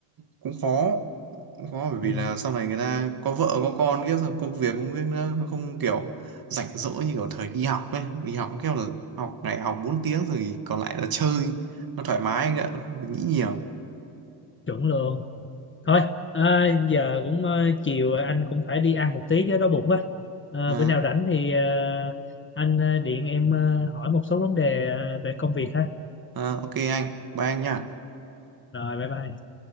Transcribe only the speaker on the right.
cũng khó cũng khó bởi vì
là sau này người ta có vợ có con kia rồi công việc công việc nữa nó không kiểu rảnh rỗi như kiểu thời đi học ấy đi học kiểu là học ngày học 4 tiếng rồi còn lại là chơi nó thoải mái anh ạ nó không phải nghĩ nhiều
à,
à, ok anh bye anh nha